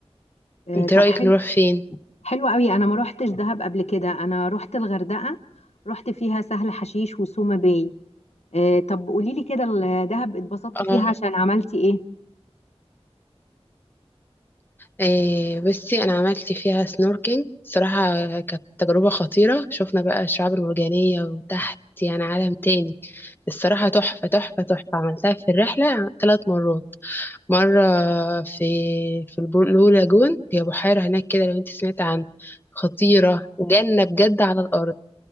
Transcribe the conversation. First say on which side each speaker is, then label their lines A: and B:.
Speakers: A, on the left; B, on the left.
A: آه
B: انت
A: طب
B: رأيك
A: حلو
B: نروح فين
A: حلو قوي انا ما روحتش دهب قبل كده انا روحت الغردقه روحت فيها سهل حشيش وسوما باي آه طب قولي لي كده الدهب اتبسطتي
B: اه
A: فيها عشان عملتي ايه
B: إيه بصي انا عملت فيها سنوركينج صراحة كانت تجربة خطيرة شفنا بقى الشعاب المرجانية وتحت يعني عالم تاني الصراحة تحفة تحفة تحفة عملتها في الرحلة ثلاث مرات مرة في في البلو لاجون هي بحيرة هناك كده لو انت سمعت عنها خطيرة جنة بجد على الأرض